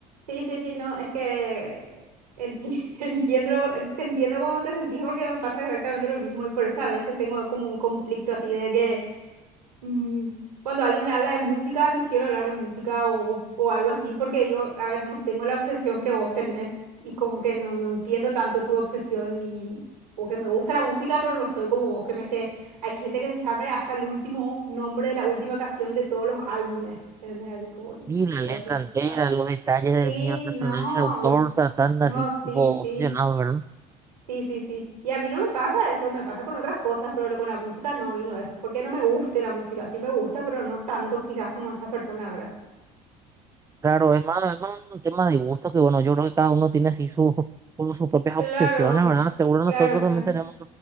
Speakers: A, on the right; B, on the right.
A: Sí, sí, sí, no, es que enti- <laughs> entiendo, te entiendo cómo te sentís porque me pasa exactamente lo mismo y por eso a veces tengo como un conflicto así de que Mm, Cuando alguien me habla de música, no quiero hablar de música o, o- o algo así, porque digo, a ver, no tengo la obsesión que vos tenés y como que no, no entiendo tanto tu obsesión y como que me gusta la música, pero no soy como vos que me sé. Hay gente que se sabe hasta el último nombre de la última canción de todos los álbumes. ¿entendés? Así como, y-
B: Y la
A: y vos
B: letra
A: decís,
B: entera,
A: "Cha-
B: los detalles del
A: sí,
B: vida personal
A: no,
B: y de autor, o sea, están
A: no,
B: así,
A: sí,
B: tipo,
A: sí.
B: obsesionados, ¿verdad?
A: Sí, sí, sí. Y a mí no me pasa eso, me pasa con otras cosas, pero lo- con la música no, y no es porque no me guste la música, sí me gusta, pero no tanto quizás como esas personas, ¿verdad?
B: Claro, es más, es más un tema de gusto que, bueno, yo creo que cada uno tiene así su, <laughs> como sus propias
A: Claro,
B: obsesiones, ¿verdad? Seguro nosotros
A: claro, sí,
B: también tenemos,